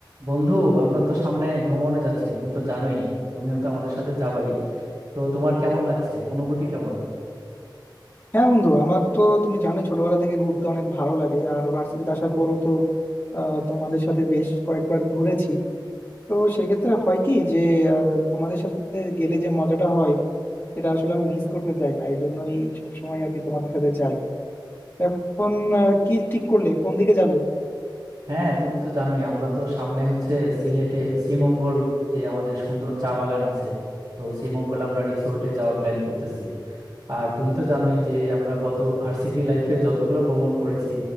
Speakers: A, on the right; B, on the left.
A: বন্ধু আমরা তো সামনে ভ্রমণে যাচ্ছি তুমি তো জানোই তুমিও তো আমাদের সাথে যাবাই তো তোমার কেমন লাগছে অনুভূতি কেমন
B: হ্যাঁ বন্ধু আমার তো তুমি জানোই ছোটবেলা থেকে ঘুরতে অনেক ভালো লাগে আর ভার্সিটিতে আসার পরও তো আহ, তোমাদের সাথে বেশ কয়েকবার ঘুরেছি তো সেক্ষেত্রে হয় কি যে আহ, তোমাদের সাথে গেলে যে মজাটা হয় সেটা আসলে আমি মিস করতে চাই না এই জন্যই সবসময় আর কি তোমাদের সাথে যাই এখন আহ, কি ঠিক করলে কোন দিকে যাবে
A: হ্যাঁ তুমি তো জানোই আমরা তো সামনে হচ্ছে সিলেটে শ্রীমঙ্গল যে আমাদের সুন্দর চা বাগান আছে তো শ্রীমঙ্গল আমরা রিসোর্টে যাওয়ার প্ল্যান করতেছি আর তুমি তো জানোই যে আমরা গত ভার্সিটি লাইফে যতগুলো ভ্রমণ করেছি